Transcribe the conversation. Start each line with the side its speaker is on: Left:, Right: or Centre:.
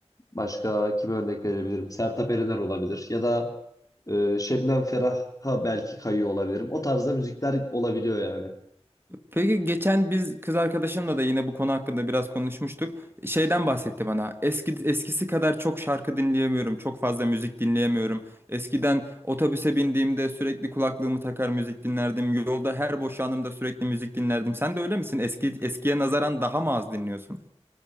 Left: Başka kime örnek verebilirim? Sertab Erener olabilir. Ya da e, Şebnem Ferah'a belki kayıyor olabilirim. O tarzda müzikler olabiliyor yani.
Right: Peki geçen biz kız arkadaşımla da yine bu konu hakkında biraz konuşmuştuk. Şeyden bahsetti bana. Eski eskisi kadar çok şarkı dinleyemiyorum. Çok fazla müzik dinleyemiyorum. Eskiden otobüse bindiğimde sürekli kulaklığımı takar müzik dinlerdim. Yolda her boş anımda sürekli müzik dinlerdim. Sen de öyle misin? Eski eskiye nazaran daha mı az dinliyorsun?